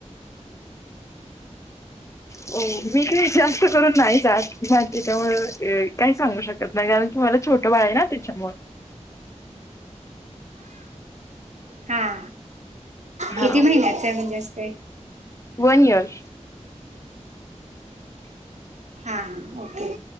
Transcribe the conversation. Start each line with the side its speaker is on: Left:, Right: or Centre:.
Left: हो मीही जास्त करून नाही जात त्यामुळे काही सांगू शकत नाही कारण की मला छोट बा आहे ना त्याच्यामुळे
Right: हा
Left: हा
Right: किती महिन्याच आहे म्हणजे असतय
Left: वन इयर
Right: हां हां ओके